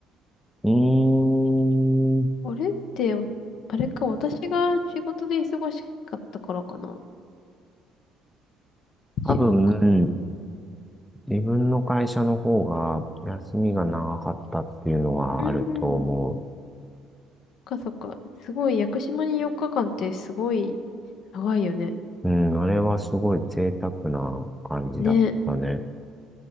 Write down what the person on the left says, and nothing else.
あれってお、あれか、私が仕事で忙しかったからかな。
違うか。
うーん。そっかそっか。すごい、屋久島に4日間ってすごい長いよね。
ね。